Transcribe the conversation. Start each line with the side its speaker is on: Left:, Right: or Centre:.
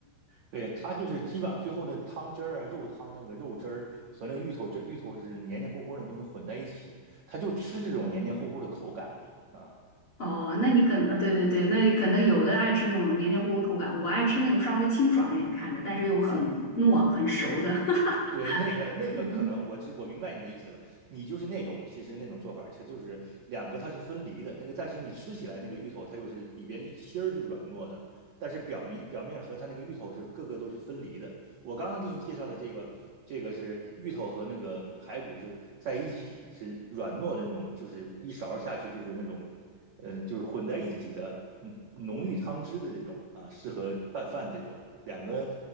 Right: 对，它就是基本上最后的汤汁儿啊、肉汤那个肉汁儿和那个芋头汁、芋头是黏黏糊糊的东西混在一起，它就吃这种黏黏糊糊的口感的啊。
Left: 哦，那你可能，呃对对对，那可能有的爱吃那种黏黏糊糊口感，我爱吃那种稍微清爽一点看着，但是又很糯很熟的。
Right: 啊
Left: <laughs>
Right: 对，那个那个可能我知我明白你的意思了，
Left: 嗯
Right: 你就是那种其实那种做法，它就是两个它是分离的，那个但是你吃起来那个芋头它又是里边芯儿是软糯的，但是表面表面和它那个芋头是各个都是分离的。我刚刚给你介绍的这个这个是芋头和那个排骨是在一起是软糯的那种，就是一勺下去就是那种呃，就是混在一起的，嗯，浓郁汤汁的这种啊，适合拌饭这种。两个